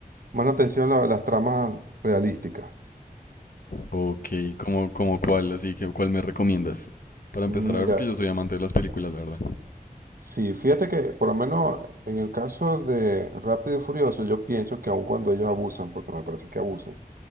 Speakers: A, on the right; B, on the left.
A: más la atención la- las tramas realísticas.
B: Ok, ¿cómo, cómo cuál? Así que, ¿cuál me recomiendas? Para
A: Mira,
B: empezar a ver, porque yo soy amante de las películas, la verdad.
A: sí, fíjate que por lo menos en el caso de Rápido y Furioso, yo pienso que aun cuando ellos abusan, porque me parece que abusan